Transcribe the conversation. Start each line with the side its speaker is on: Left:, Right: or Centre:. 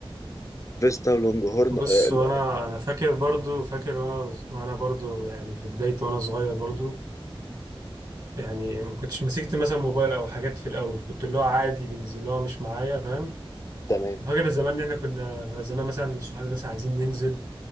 Left: فيستا ولونج هورن
Right: بص
Left: آه،
Right: وأنا أنا فاكر برضه فاكر وأنا ز- وأنا برضه يعني في بداية وأنا صغير برضه يعني ما كنتش مسكت مثلا موبايل أو حاجات في الأول كنت اللي هو عادي بالنسبة لي اللي هو مش معايا فاهم
Left: تمام
Right: فاكر زمان إن إحنا كنا زمان مثلا صحابي مثلا عايزين ننزل